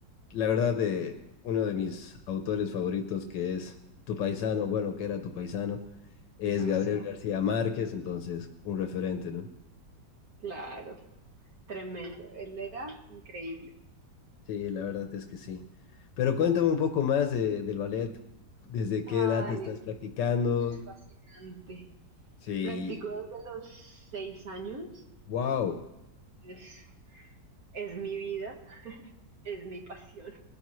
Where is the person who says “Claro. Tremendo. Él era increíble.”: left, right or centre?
Right